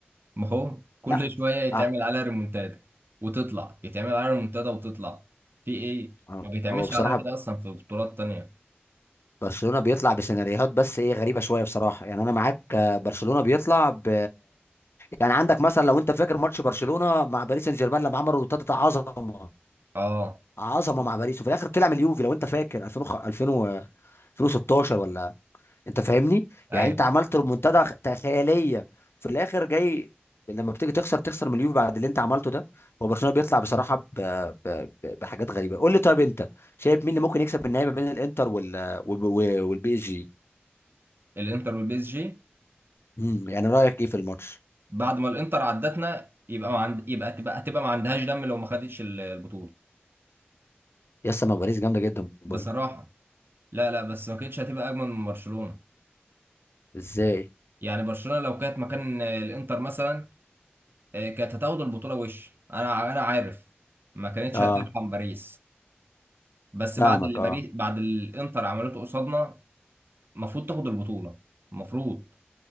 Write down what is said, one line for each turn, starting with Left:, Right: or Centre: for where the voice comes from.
Right: ما هو كل
Left: لا
Right: شوية يتعمل
Left: آه.
Right: عليها ريمونتادا وتطلع يتعمل عليها ريمونتادا وتطلع في ايه
Left: آه.
Right: ما بيتعملش
Left: هو بصراحه
Right: عليها كده اصلا في بطولات تانية
Left: برشلونه بيطلع بسيناريوهات بس ايه غريبه شويه بصراحه يعني انا معاك آه، برشلونه بيطلع ب يعني عندك مثلا لو انت فاكر ماتش برشلونه مع باريس سان جيرمان لما عملوا ابتدت عظمه
Right: اه
Left: عظمه مع باريس وفي الاخر طلع من اليوفي لو انت فاكر 2000 وخ- 2000 و- 2016 ولا انت فاهمني يعني
Right: ايوه
Left: انت عملت ريمونتادا خ- خياليه في الاخر جاي لما بتيجي تخسر تخسر من اليوفي بعد اللي انت عملته ده هو برشلونه بيطلع بصراحه ب... ب... ب... بحاجات غريبه قول لي طيب انت شايف مين اللي ممكن يكسب النهائي ما بين الانتر وال وال- وال- والبي اس جي
Right: الانتر والبي اس جي
Left: مم، يعني رايك ايه في الماتش
Right: بعد ما الانتر عدتنا يبقى ما عند... يبقى هتبقى هتبقى ما عندهاش دم لو ما خدتش ال- البطولة
Left: يا ما باريس جامده جدا برضه
Right: بصراحة لا لا بس ما كانتش هتبقى اجمل من برشلونة
Left: ازاي
Right: يعني برشلونة لو كانت مكان آه، الانتر مثلا آه، كانت هتاخد البطولة وش انا انا عارف ما كانتش
Left: اه
Right: هترحم باريس بس
Left: فاهمك
Right: بعد اللي باريس
Left: اه
Right: بعد اللي الانتر عملته قصادنا المفروض تاخد البطولة المفروض